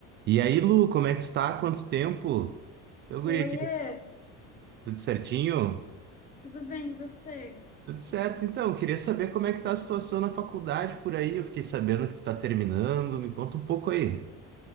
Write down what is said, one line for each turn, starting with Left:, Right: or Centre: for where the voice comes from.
Right: E aí, Lu, como é que tu tá? Quanto tempo? Ô, guri,
Left: Oiê,
Right: aqui, tudo certinho?
Left: tudo bem, e você?
Right: Tudo certo, então. Queria saber como é que tá a situação na faculdade por aí. Eu fiquei sabendo que tu tá terminando. Me conta um pouco aí.